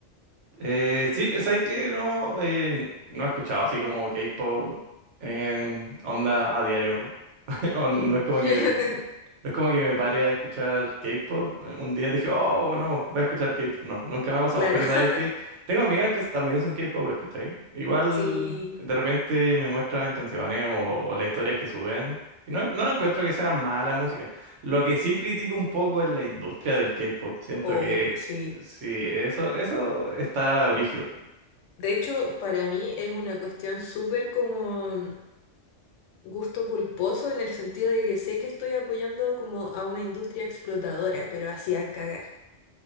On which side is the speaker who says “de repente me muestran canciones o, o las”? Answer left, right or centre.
Right